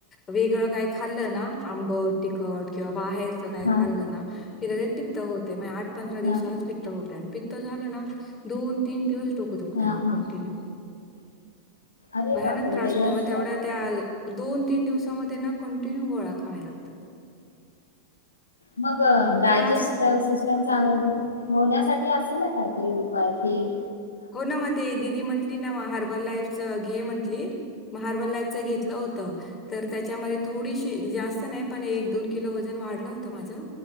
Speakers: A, on the left; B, on the left.
A: वेगळं काही खाल्लं ना आंबट तिखट किंवा बाहेर ति काय
B: हा
A: खाल्लं ना कि लगे पित्त होतंय मग पंधरा दिवसालाच
B: हा
A: पित्त होत आणि पित. झालं ना दोन तीन दिवस डोकं दुखतंय
B: हा हा
A: कंटिन्यू
B: अरे
A: भयानक
B: बापरे
A: त्रास
B: वेगळंच
A: होत मग तेवढ्या
B: काय तर
A: त्या दोन तीन दिवस समध्ये ना कंटिन्यू गोळ्या खावा लागतात.
B: मग
A: कारण
B: डायजेस्ट
A: आज
B: सिस्टम चांगली होण्यासाठी असेल ना काहीतरी उपाय की
A: हो ना म ते दिदी म्हणली ना मग हर्बल लाईफ घे म्हंटली हार्बल लाईपच घेतलं होत. तर त्याच्यामध्ये थोडीशी जास्त नाही पण एक दोन किलो वजन वाढलं. होतं माझं